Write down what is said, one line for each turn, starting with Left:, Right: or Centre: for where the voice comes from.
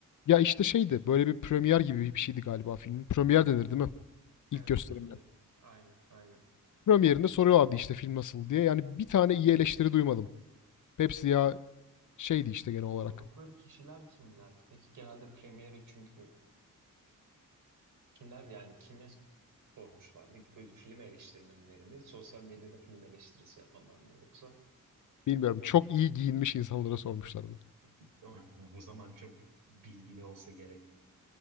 Left: Ya işte şeydi böyle bir premier gibi bir şeydi galiba filmin. Premier denir değil mi? İlk
Right: Evet,
Left: gösterimine.
Right: Premier'i. Aynen, aynen.
Left: Premierinde soruyorlardı işte film nasıl diye. Yani bir tane iyi eleştiri duymadım. Hepsi ya şeydi işte genel olarak.
Right: Sordukları kişiler kimlerdi? Peki genelde Premier'i çünkü kimler yani kime sormuşlardı? Böyle film eleştirmenleri mi? Sosyal medyada film eleştirisi yapanlar mı? Yoksa
Left: Bilmiyorum çok iyi giyinmiş insanlara sormuşlardı.
Right: <laughs> O zaman çok bilgili olsa gerek